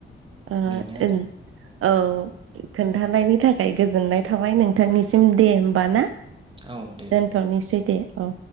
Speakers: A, on the right; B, on the right.
A: ओ
B: बेनो
A: दोन
B: आरो
A: औ खोन्थानायनि
B: औ
A: थाखाय गोजोननाय थाबाय। थाबाय नोंथांनिसिम
B: औ
A: दे होमबा ना
B: औ दे
A: दोनथ'नोसै दे औ।